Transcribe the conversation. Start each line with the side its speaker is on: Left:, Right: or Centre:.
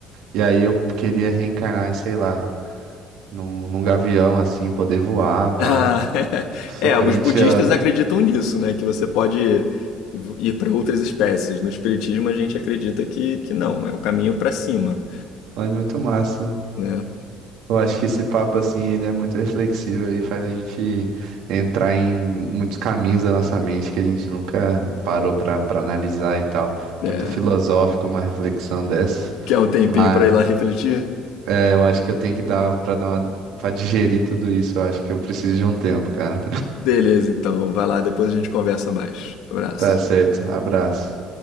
Right: E aí eu queria reencarnar em, sei lá, num, num gavião, assim, poder voar, pá.
Left: Ah, <laughs>
Right: Sou
Left: é,
Right: corintiano,
Left: os budistas acreditam nisso, né? Que você pode ir para outras espécies. No espiritismo a gente acredita que, que não, é o caminho para cima,
Right: mas muito massa.
Left: né?
Right: Eu acho que esse papo, assim, ele é muito reflexivo e faz a gente entrar em muitos caminhos da nossa mente que a gente nunca parou pra, pra analisar e tal.
Left: É,
Right: Muito filosófico uma reflexão dessa.
Left: quer um tempinho
Right: Mas
Left: para ir lá refletir?
Right: é, eu acho que eu tenho que dar pra dar uma, pra digerir tudo isso. Eu acho que eu preciso de um tempo, cara.
Left: Beleza, então vai lá, depois a gente conversa mais.
Right: <laughs>
Left: Abraço.
Right: Tá certo. Abraço.